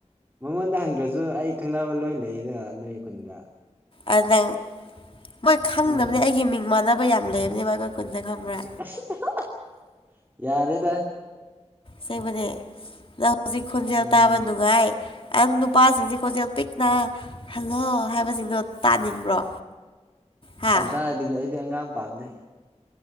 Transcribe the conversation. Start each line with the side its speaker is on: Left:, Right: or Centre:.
Right: ꯃꯉꯣꯟꯗ ꯍꯪꯗ꯭ꯔꯁꯨ ꯑꯩ ꯈꯪꯅꯕ ꯂꯣꯏ ꯂꯩꯗ ꯅꯣꯏ ꯈꯨꯟꯗ
Left: ꯑꯥ ꯅꯪ ꯃꯣꯏ ꯈꯪꯗꯕꯅꯦ
Right: ꯎꯝ
Left: ꯑꯩꯒꯤ ꯃꯤꯡ ꯃꯥꯟꯅꯕ ꯌꯥꯝ ꯂꯩꯝꯅꯦꯕ ꯑꯈꯣꯏ ꯈꯨꯟꯗ ꯈꯪꯕ꯭ꯔꯥ
Right: <unintelligible> ꯌꯥꯔꯦꯗ
Left: ꯁꯦꯡꯕꯅꯦ ꯅꯪ ꯍꯣꯖꯤꯛ ꯈꯣꯟꯖꯦꯜ
Right: ꯎꯝ
Left: ꯇꯥꯕ ꯅꯨꯡꯉꯥꯏ ꯑꯪ ꯅꯨꯄꯥꯁꯤꯡꯁꯦ ꯈꯣꯟꯖꯦꯜ ꯄꯤꯛꯅ ꯍꯜꯂꯣ ꯍꯥꯏꯕꯁꯤꯡꯗꯣ ꯇꯥꯅꯤꯡꯕ꯭ꯔꯣ ꯍꯥ
Right: ꯀꯗꯥꯏꯗꯒꯤ ꯑꯩꯗꯤ ꯑꯉꯥꯡ ꯄꯥꯝꯗꯦ